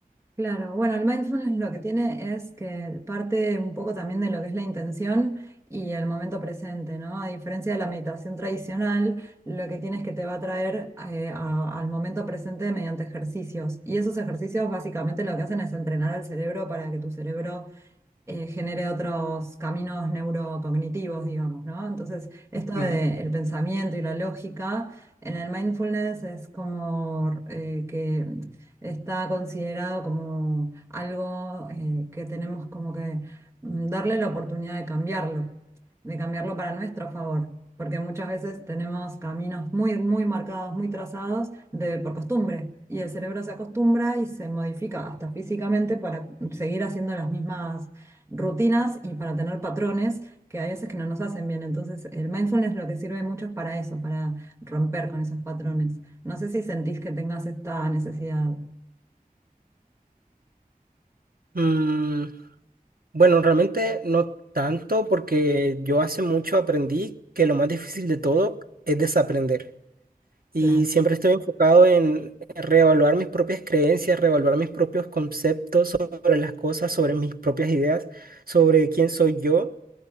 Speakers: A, on the right; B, on the right.
A: Claro, bueno, el mindfulness lo que tiene es que parte un poco también de lo que es la intención y el momento presente, ¿no? A diferencia de la meditación tradicional, lo que tiene es que te va a traer eh, a- al momento presente mediante ejercicios. Y esos ejercicios básicamente lo que hacen es entrenar al cerebro para que tu cerebro eh, genere otros caminos neurocognitivos, digamos, ¿no? Entonces, esto
B: Ujú.
A: del pensamiento y la lógica en el mindfulness es como eh, que está considerado como algo eh, que tenemos como que mm, darle la oportunidad de cambiarlo, de cambiarlo para nuestro favor. Porque muchas veces tenemos caminos muy, muy marcados, muy trazados de, por costumbre. Y el cerebro se acostumbra y se modifica hasta físicamente para seguir haciendo las mismas rutinas y para tener patrones que hay veces que no nos hacen bien. Entonces, el mindfulness lo que sirve mucho es para eso, para romper con esos patrones. No sé si sentís que tengas esta necesidad.
B: Mm, bueno, realmente no tanto porque yo hace mucho aprendí que lo más difícil de todo es desaprender. Y
A: Claro.
B: siempre estoy enfocado en reevaluar mis propias creencias, reevaluar mis propios conceptos sobre las cosas, sobre mis propias ideas, sobre quién soy yo,